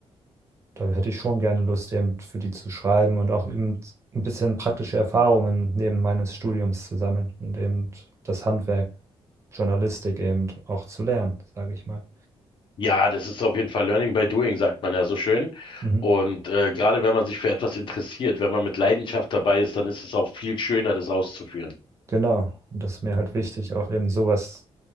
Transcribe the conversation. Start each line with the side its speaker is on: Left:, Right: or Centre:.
Right: da hätte ich schon gerne Lust, eben für die zu schreiben und auch eben ein bisschen praktische Erfahrungen neben meines Studiums zu sammeln und eben das Handwerk, Journalistik eben auch zu lernen, sage ich mal.
Left: Ja, das ist auf jeden Fall Learning by Doing, sagt man ja so schön.
Right: Mhm.
Left: Und äh, gerade wenn man sich für etwas interessiert, wenn man mit Leidenschaft dabei ist, dann ist es auch viel schöner, das auszuführen.
Right: Genau. Und das ist mir halt wichtig, auch eben sowas